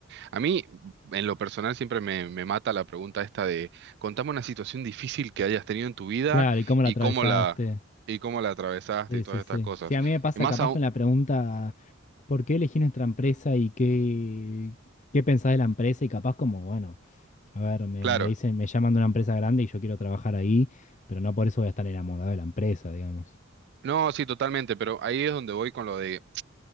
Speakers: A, on the right; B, on the left.
A: A mí, en lo personal, siempre me, me mata la pregunta esta de, contame una situación difícil que hayas tenido en tu vida
B: claro, ¿y cómo la
A: y
B: atravesaste?
A: cómo la, y cómo la atravesaste
B: Sí,
A: y todas
B: sí,
A: estas
B: sí.
A: cosas.
B: Sí, a mí me pasa
A: Y más
B: capaz
A: aún,
B: con la pregunta, ¿por qué elegí nuestra empresa y qué, qué pensás de la empresa? Y capaz como, bueno, a ver, me,
A: claro,
B: me dicen, me llaman de una empresa grande y yo quiero trabajar ahí, pero no por eso voy a estar enamorado de la empresa, digamos.
A: no, sí, totalmente, pero ahí es donde voy con lo de